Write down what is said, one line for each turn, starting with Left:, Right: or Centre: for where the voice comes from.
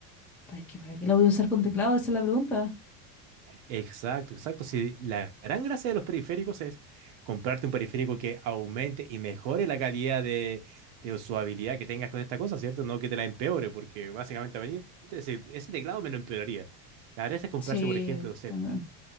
Centre: ¿para qué, para qué lo voy a usar con teclado? Esa es la pregunta.
Right: Exacto, exacto. Si la gran gracia de los periféricos es comprarte un periférico que aumente y mejore la calidad de, de usabilidad que tengas con esta cosa, ¿cierto? No que te la empeore, porque básicamente a venir, ese, ese teclado me lo empeoraría. La gracia es comprarse,
Centre: Sí,
Right: por ejemplo, no sé,
Centre: también.